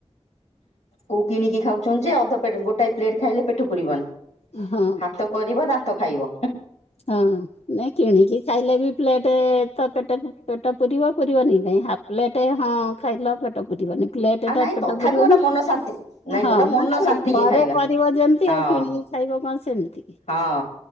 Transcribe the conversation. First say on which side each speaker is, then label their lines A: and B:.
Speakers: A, on the left; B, on the left.
A: କୋଉ କିଣିକି ଖାଉଛନ୍ତି ଯେ ଅଧାପେଟ ଗୋଟାଏ ପ୍ଲେଟ ଖାଇଲେ ପେଠ ପୁରିବନି।
B: ହଁ।
A: ହାତ କରିବ ଦାନ୍ତ ଖାଇବ।
B: ହଁ ନାଇଁ କିଣିକି ଖାଇଲେ ବି ପ୍ଲେଟ ତ ପେଟ ପୁରିବ। ପୁରିବନି କାଇଁ ହାଫ୍ ପ୍ଲେଟ୍ ହଁ ଖାଇଲ ପେଟ ପୁରିବନି। ପ୍ଲେଟ
A: ଆଉ
B: ଟା
A: ନାଇଁ
B: ପେଟ
A: ତଥାପି
B: ପୁରିବନି
A: ଗୋଟେ ମନ ଶାନ୍ତି ନାଇଁ
B: ହଁ
A: ଗୋଟେ ମନ
B: ମାନେଟେ
A: ଶାନ୍ତି କି
B: ଘରେ
A: ଖାଇବା
B: କରିବ ଯେମିତି
A: ହଁ
B: ଆଉ କିଣି ଖାଇବ କଣ ସେମିତି କି
A: ହଁ